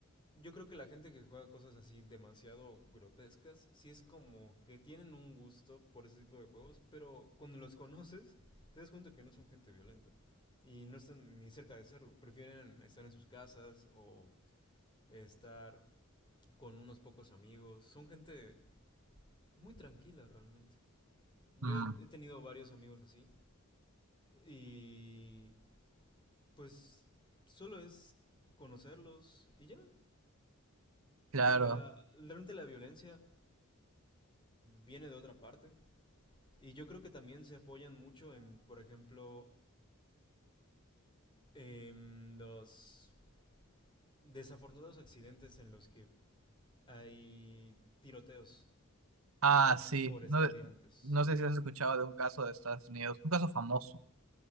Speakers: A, on the left; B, on the right.
A: yo creo que la gente que juega cosas así demasiado grotescas, sí es como que tienen un gusto por ese tipo de juegos, pero cuando los conoces, te das cuenta que no son gente violenta. Y no están ni cerca de serlo. Prefieren estar en sus casas o estar con unos pocos amigos. Son gente muy tranquila realmente.
B: Mm,
A: Yo he tenido varios amigos así Y pues solo es conocerlos y ya.
B: Claro.
A: La, realmente la violencia viene de otra parte. Y yo creo que también se apoyan mucho en, por ejemplo, en los desafortunados accidentes en los que hay tiroteos
B: Ah, sí.
A: por estudiantes.
B: No, no sé si has escuchado de un caso de Estados Unidos, un caso famoso,